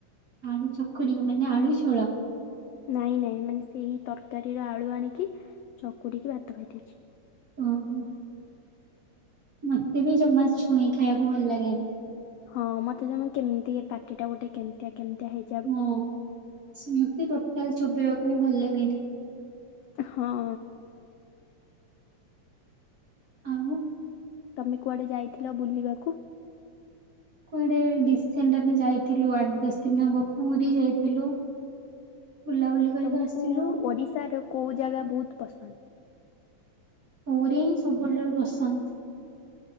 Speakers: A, on the right (about 45°); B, on the left (about 85°).
A: ଆଳୁ ଚକୁଡି କି ମାନେ ଆଳୁ ଝୋଳ?
B: ନାଇଁ ନାଇଁ ମାନେ ସେଇ ତରକାରୀର ଆଳୁ ଆଣିକି ଚକୁଡ଼ିକି ଭାତ ଖାଇ ଦେଇଛି।
A: ଓହୋ ମତେ ବି ଜମା ଛୁଇଁ ଖାଇବାକୁ ଭଲ ଲାଗେନି।
B: ହଁ ମତେ ଜମା କେମିତି ପାଟି ଟା ଗୋଟେ କେମିତିଆ କେମିତିଆ ହେଇ
A: ହଁ ସେ ମତେ ଟୋଟାଲ ଚୋବେଇବାକୁ ହିଁ ଭଲ ଲାଗେନି।
B: ହଁ।
A: ଆଉ।
B: ତମେ କୁଆଡେ ଯାଇଥିଲ ବୁଲିବାକୁ?
A: କୁଆଡେ ଡିସେଣ୍ଡ ଆମେ ଯାଇଥିଲୁ ଆଠ ଦଶ ଦିନ ହେବ ପୁରୀ ଯାଇଥିଲୁ। ବୁଲାବୁଲି କରିକି
B: ତମକୁ
A: ଆସିଲୁ।
B: ଓଡିଶା ର କୋଉ ଜାଗା ବହୁତ ପସନ୍ଦ?
A: ପଉୀ ହିଁ ସବୁଲେ ବସନ୍ତ।